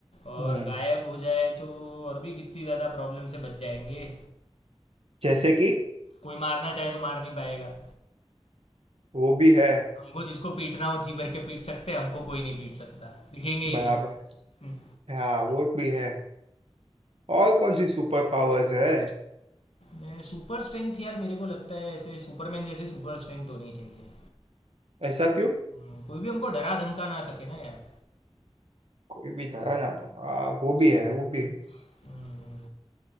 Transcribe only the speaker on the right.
हम्म
जैसे कि
वो भी है
बराबर
हाँ वो भी है और कौन सी सुपर पावर्स है
ऐसा क्यों
कोई भी धरा ना था हाँ वो भी है वो भी है